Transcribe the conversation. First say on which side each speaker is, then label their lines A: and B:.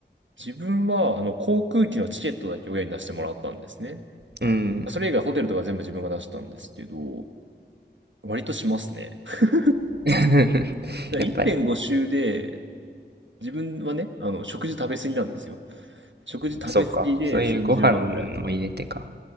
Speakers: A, on the right; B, on the right.
A: 自分は、あの、航空機のチケットだけ親に出してもらったんですね。
B: うん。
A: それ以外ホテルとか全部自分が出したんですけど、割としますね。だか
B: <laughs> やっぱり。
A: ら1.5周で、自分はね、あの、食事食べ過ぎなんですよ。食事食べ過ぎで30万ぐらい。
B: あ、そうか。そういうご飯も入れてか。